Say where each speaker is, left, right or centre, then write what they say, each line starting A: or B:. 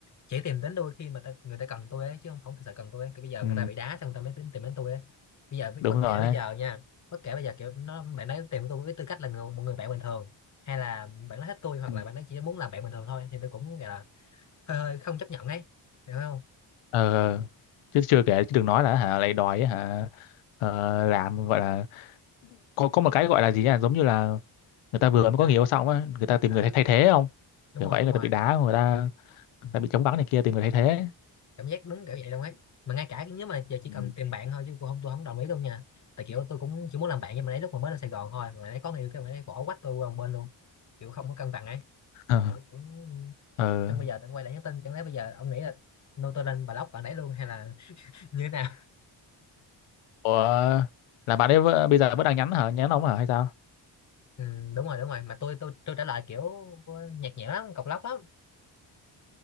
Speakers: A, on the left (about 35°); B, on the left (about 80°).
A: chỉ tìm đến tôi khi mà ta, người ta cần tôi ấy, chứ không không thực sự cần tôi ấy. Cái bây giờ
B: ừ,
A: người ta bị đá xong người ta mới tìm, tìm đến tôi ấy. bây giờ
B: đúng
A: bất
B: rồi
A: kể bây
B: đấy
A: giờ nha bất kể bây giờ kiểu nó bạn ấy tìm tôi với tư cách là người, một người bạn bình thường hay là bạn nói hết tôi hoặc
B: ừ.
A: là bạn ấy chỉ muốn làm bạn bình thường thôi thì tôi cũng gọi là hơi hơi không chấp nhận ấy hiểu không
B: ờ ờ. chứ chưa kể chứ đừng nói là hả lại đòi ấy, hả ờ, làm gọi là có có một cái gọi là gì nhỉ giống như là người ta vừa mới có
A: à.
B: người yêu xong á người ta tìm
A: Ờ.
B: người thay thay thế không
A: đúng
B: kiểu
A: rồi
B: vậy
A: đúng
B: người
A: rồi
B: ta bị đá người ta
A: Ừ.
B: người ta bị chống vắng này kia tìm người thay thế
A: cảm giác đúng kiểu vậy đâu ấy mà ngay cả nếu mà giờ chỉ
B: ừ.
A: cần tìm bạn thôi chứ tôi không tôi không đồng ý luôn nha tại kiểu tôi cũng chỉ muốn làm bạn nhưng mà đấy lúc mà mới lên Sài Gòn thôi mà đấy có người yêu cái mà đấy bỏ quách tôi qua một bên luôn kiểu không có cân bằng ấy
B: <laughs> ờ
A: kiểu cũng
B: ờ.
A: xong bây giờ tôi quay lại nhắn tin chẳng lẽ bây giờ ông nghĩ là nô tôi lên block bạn đấy luôn hay là <laughs> như thế nào
B: ủa là bạn ấy vẫn- bây giờ vẫn đang nhắn hả nhắn ông hả hay sao
A: ừ, đúng rồi đúng rồi mà tôi tôi tôi trả lời kiểu nhạt nhẽo lắm cộc lóc lắm